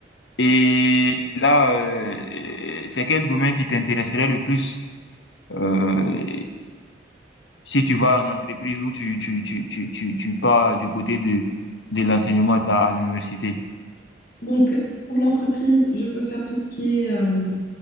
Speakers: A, on the left; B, on the left.
A: Et là, euh, euh, c'est quel domaine qui t'intéresserait le plus? Euh, si tu vas en entreprise ou tu, tu, tu, tu, tu, tu pars du côté de, de l'enseignement dans- à l'université.
B: Donc, pour l'entreprise, je peux faire tout ce qui est euh,